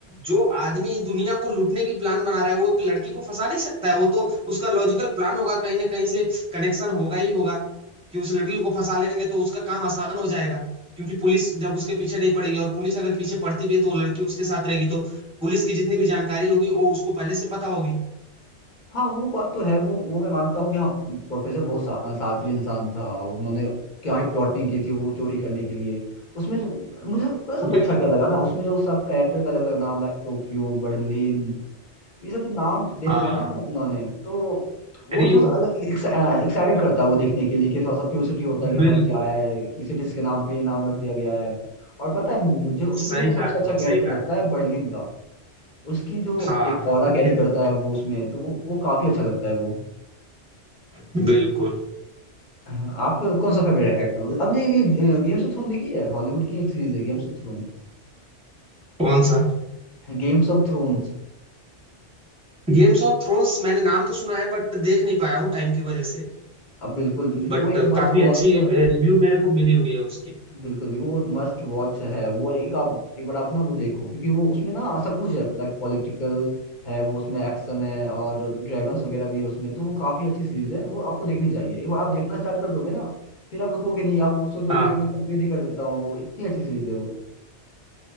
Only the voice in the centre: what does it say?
जो आदमी दुनिया को लूटने की प्लान बना रहा है वो एक लड़की को फंसा नहीं सकता है वो तो उसका लॉजिकल प्लान होगा कहीं ना कहीं से कनेक्शन होगा ही होगा कि उस लड़की को फंसा लेंगे तो उसका काम आसान हो जाएगा क्योंकि पुलिस जब उसके पीछे नहीं पड़ेगी और पुलिस अगर पीछे पड़ती भी है तो वो लड़की उसके साथ रहेगी तो पुलिस की जितनी भी जानकारी होगी वो उसको पहले से पता होगी
बिल्कुल
हाँ
रियो
बिल्कुल
सही
कहा
तुमने
सही
कहा
हाँ
हाँ
ये
तो
है। बिल्कुल
कौन सा
गेम्स ऑफ थ्रोन्स मैंने नाम तो सुना है बट देख नहीं पाया हूँ टाइम की वजह से
बट
काफी
अच्छी रिव्यू मेरे को मिली हुई है उसकी
हाँ